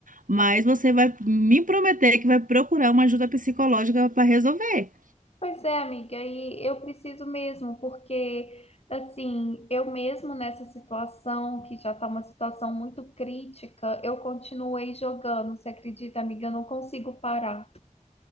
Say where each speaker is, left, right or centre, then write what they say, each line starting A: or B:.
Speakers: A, on the right; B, on the left.
A: mas você vai me prometer que vai procurar uma ajuda psicológica para resolver.
B: pois é, amiga, e eu preciso mesmo, porque, assim, eu mesmo nessa situação, que já tá uma situação muito crítica, eu continuei jogando, você acredita, amiga? Eu não consigo parar.